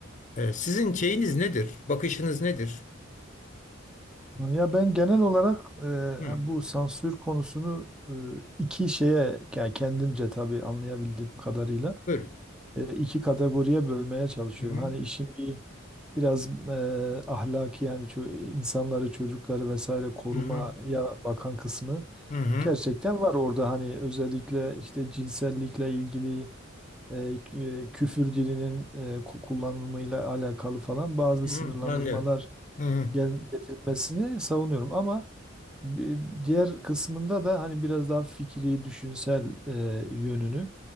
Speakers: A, on the left; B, in the centre.
A: eee, sizin şeyiniz nedir? Bakışınız nedir?
B: Ya ben genel olarak e,
A: Hı,
B: hem bu sansür konusunu e, iki şeye yani kendimce tabii anlayabildiğim kadarıyla
A: buyurun.
B: e, iki kategoriye bölmeye çalışıyorum.
A: Hı hı,
B: Hani işin bir biraz e, ahlaki yani ço- insanları, çocukları vesaire korumaya
A: hı hı,
B: bakan kısmı.
A: hı hı,
B: Gerçekten var orada hani özellikle işte cinsellikle ilgili e, k- e, küfür dilinin e, ku- kullanımıyla alakalı falan bazı
A: hı
B: sınırlandırmalar
A: hı, anlıyorum. Hı hı.
B: gel getirilmesini savunuyorum ama bi- diğer kısmında da hani biraz daha fikri, düşünsel e, yönünü